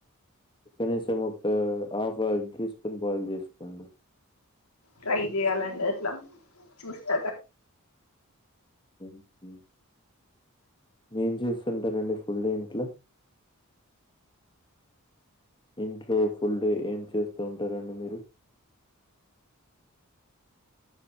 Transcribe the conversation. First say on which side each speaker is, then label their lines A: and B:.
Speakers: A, on the left; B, on the left.
A: కనీసం ఒక హాఫ్ ఎగ్ తీసుకొని బాయిల్ చేసుకోండి.
B: ట్రై చేయాలండి అట్లా చూస్తార
A: ఉహు ఏం చేస్తుంటారండి ఫుల్ డే ఇంట్లో ఇంట్లో ఫుల్ డే ఏం చేస్తూ ఉంటారండి మీరు